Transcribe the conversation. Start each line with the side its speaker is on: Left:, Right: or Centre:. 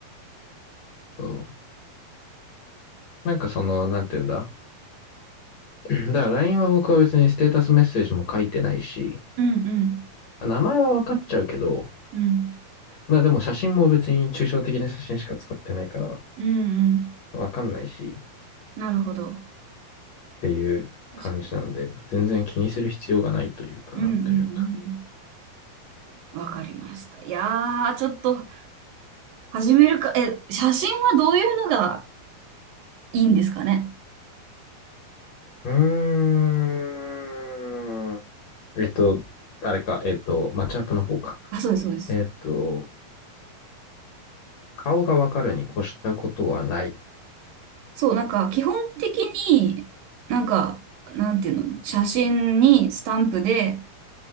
Left: そう。なんかその、なんて言うんだ。<clears throat> だから LINE は僕は別にステータスメッセージも書いてないし、
Right: うんうん
Left: 名前は分かっちゃうけど、
Right: うん
Left: まあでも写真も別に抽象的な写真しか使ってないから
Right: うんうん
Left: 分かんないしっ
Right: なるほど。
Left: ていう感じなんで、
Right: 確かに。
Left: 全然気にする必要がないというか、
Right: うんうんう
Left: なんというか。
Right: んうん。わかりました。いやー、ちょっと始めるか。え、写真はどういうのがいいんですかね。
Left: うーん。えっと、あれか、えっと、マッチアップの方か。
Right: あ、そうです、そうです。
Left: えっと、顔がわかるに越したことはない。
Right: そう、なんか基本的に、なんか、なんていうの、写真にスタンプで